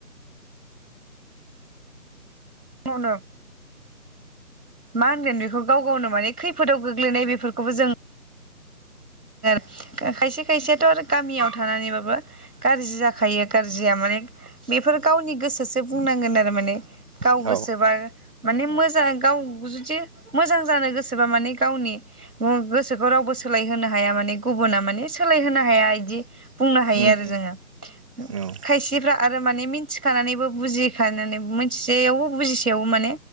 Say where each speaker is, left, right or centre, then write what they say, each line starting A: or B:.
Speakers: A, on the right; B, on the right.
A: मावदों मा होनगोन बिखौ गाव गावनो माने खैफोदाव गोग्लैनाय बेफोरखौबो जों गोर आ खायसे खायसेयाथ' आरो गामियाव थानानैबाबो गाज्रि जाखायो गाज्रिया माने बेफोर गावनि गोसोसो बुंनांगोन आरो माने गाव गोसोबा
B: औ
A: माने मोजां गाव जुदि मोजां जानो गोसोबा माने गावनि मु गोसोखौ रावबो सोलायहोनो हा हाया माने गुबुना माने सोलायहोनो हाया। इदि बुंनो हायो
B: उम
A: आरो
B: उम
A: जोङो। ओम
B: औ
A: खायसेफ्रा आरो माने मिथिखानानैबो बुजिखानानैबो मिथिसेयावबो बुजिसेयावबो माने